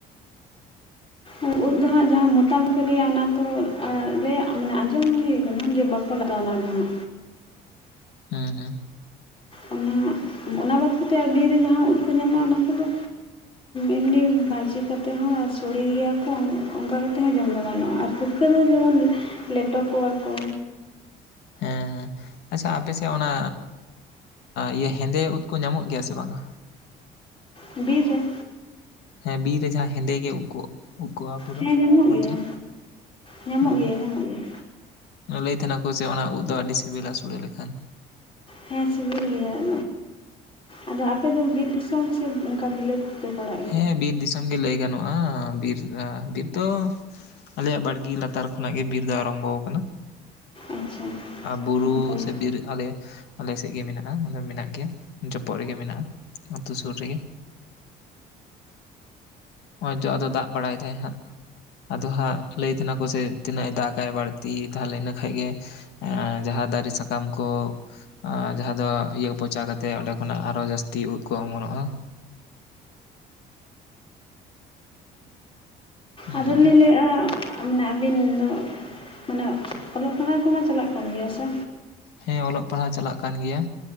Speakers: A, on the left; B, on the left.
A: ᱟᱨ ᱩᱫ ᱫᱚ ᱦᱟᱸᱜ ᱡᱟᱦᱟᱸ ᱢᱚᱛᱟ ᱵᱟᱠᱚ ᱞᱟᱹᱭᱟ ᱚᱱᱟ ᱫᱚ ᱞᱟᱹ ᱢᱟᱱᱮ ᱟᱸᱡᱚᱢ ᱦᱩᱭ ᱠᱟᱱᱟ ᱡᱮ ᱵᱟ ᱠᱚᱞ ᱞᱟᱜᱟᱣᱱᱟ ᱫᱚ ᱦᱟᱸᱜ
B: ᱦᱮᱸ ᱦᱮᱸ
A: ᱚᱸᱜ ᱚᱱᱮ ᱚᱱᱟ ᱵᱟᱫ ᱠᱟᱛᱮ ᱟᱨ ᱵᱤᱨ ᱨᱮ ᱡᱟᱦᱟᱸ ᱩᱫ ᱠᱚ ᱧᱟᱢᱚᱜᱼᱟ ᱚᱱᱟ ᱠᱚ ᱫᱚ ᱮᱢᱱᱤ ᱵᱷᱟᱹᱡᱤ ᱠᱟᱛᱮᱫ ᱦᱚᱸ ᱥᱚᱲᱮ ᱜᱮᱭᱟ ᱠᱚ ᱚᱱᱠᱟ ᱠᱟᱛᱮᱫ ᱦᱚᱸ ᱡᱚᱢ ᱫᱚ ᱜᱟᱱᱚᱜᱼᱟ᱾ ᱟᱨ ᱯᱩᱴ ᱯᱷᱟᱹᱨᱟᱹᱭ ᱫᱚ ᱵᱟᱝ ᱞᱮᱴᱚ ᱠᱚᱣᱟ ᱠᱚ
B: ᱦᱮᱸ ᱦᱮᱸ ᱟᱪᱷᱟ ᱟᱯᱮ ᱥᱮᱫ ᱚᱱᱟ ᱤᱭᱟᱹ ᱦᱮᱸᱫᱮ ᱩᱫ ᱠᱚ ᱧᱟᱢᱚᱜ ᱜᱮᱭᱟ ᱥᱮ ᱵᱟᱝ-ᱟ?
A: ᱵᱤᱨ ᱨᱮ
B: ᱦᱮᱸ ᱵᱤᱨ ᱨᱮ ᱡᱟᱦᱟᱸ ᱦᱮᱸᱫᱮ ᱜᱮ ᱳᱫ ᱠᱚᱜ ᱳᱫ ᱠᱚᱜ-ᱟ ᱯᱩᱨᱟᱹ
A: ᱦᱮᱸ ᱧᱟᱢᱚᱜ ᱜᱮᱭᱟ
B: ᱚᱛ ᱨᱮ
A: ᱧᱟᱢᱚᱜ
B: ᱦᱮᱸ
A: ᱜᱮᱭᱟ ᱧᱟᱢᱚᱜ ᱜᱮᱭᱟ
B: ᱞᱟᱹᱭ ᱛᱟᱦᱮᱱᱟ ᱠᱚ ᱡᱮ ᱚᱱᱟ ᱩᱵ ᱫᱚ ᱟᱹᱰᱤ ᱥᱤᱵᱤᱞᱟ ᱥᱚᱲᱮ ᱞᱮᱠᱷᱟᱱ᱾
A: ᱦᱮᱸ ᱥᱤᱵᱤᱞ ᱜᱮᱭᱟ ᱟ ᱟᱫᱚ ᱟᱯᱮ ᱫᱚ ᱵᱤᱨ ᱫᱤᱥᱚᱢ ᱥᱮ ᱚᱱᱠᱟ ᱵᱤᱞᱟᱹᱛᱤ ᱯᱮ ᱯᱟᱲᱟᱜ-ᱟ?
B: ᱦᱮᱸ ᱵᱤᱨ ᱫᱤᱥᱚᱢ ᱜᱮ ᱞᱟᱹᱭ ᱜᱟᱱᱚᱜᱼᱟ ᱵᱤᱨ ᱵᱤᱨ ᱫᱚ ᱟᱞᱮᱭᱟᱜ ᱵᱟᱲᱜᱮ ᱞᱟᱛᱟᱨ ᱠᱷᱚᱱᱟᱜ ᱜᱮ ᱵᱤᱨ ᱫᱚ ᱟᱨᱚᱢᱵᱷᱚ ᱟᱠᱟᱱᱟ᱾
A: ᱟᱪᱪᱷᱟ
B: ᱵᱩᱨᱩ
A: ᱱᱟᱯᱟᱭ ᱜᱮ᱾
B: ᱥᱮ ᱵᱤᱨ ᱟᱞᱮ ᱟᱞᱮ ᱥᱮᱫ ᱜᱮ ᱢᱮᱱᱟᱜᱼᱟ ᱢᱟᱱᱮ ᱢᱮᱱᱟᱜ ᱜᱮᱭᱟ ᱡᱚᱯᱚᱜ ᱨᱮ ᱜᱮ ᱢᱮᱱᱟᱜᱼᱟ ᱟᱛᱳ ᱥᱩᱨ ᱨᱮ ᱜᱮ᱾ ᱱᱚᱜ-ᱚᱭ ᱡᱚ ᱟᱫᱚ ᱫᱟᱜ ᱵᱟᱲᱟᱭ ᱫᱟᱭ ᱦᱟᱸᱜ ᱟᱫᱚ ᱦᱟᱸᱜ ᱞᱟᱹᱭ ᱤᱱᱟᱹ ᱠᱚ ᱥᱮ ᱛᱤᱱᱟᱹᱜ ᱫᱟᱜᱟᱭ ᱵᱟᱹᱲᱛᱤ ᱛᱟᱦᱚᱞᱮ ᱤᱱᱟᱹ ᱠᱷᱟᱡ ᱜᱮ ᱮ ᱡᱟᱦᱟᱸ ᱫᱟᱨᱮ ᱥᱟᱠᱟᱢ ᱠᱚ ᱟᱨ ᱡᱟᱦᱟᱸ ᱫᱚ ᱤᱭᱟᱹ ᱯᱚᱪᱟ ᱠᱟᱛᱮᱫ ᱚᱸᱰᱮ ᱠᱷᱚᱱᱟᱜ ᱟᱨᱚ ᱡᱟᱹᱥᱛᱤ ᱩᱫ ᱠᱚ ᱚᱢᱚᱱᱚᱜ-ᱟ ᱦᱮᱸ
A: ᱟᱫᱚ ᱞᱤᱧ ᱞᱟᱹᱭᱮᱫ-ᱟ ᱢᱟᱱᱮ ᱟᱹᱵᱤᱱ ᱫᱚ ᱢᱟᱱᱮ ᱚᱞᱚᱜ ᱯᱟᱲᱦᱟᱣ ᱠᱚᱢᱟ ᱪᱟᱞᱟᱜ ᱠᱟᱱ ᱜᱮᱭᱟ ᱦᱮᱸᱥᱮ?
B: ᱦᱮᱸ ᱚᱞᱚᱜ ᱯᱟᱲᱦᱟᱣ ᱪᱟᱞᱟᱜ ᱠᱟᱱ ᱜᱮᱭᱟ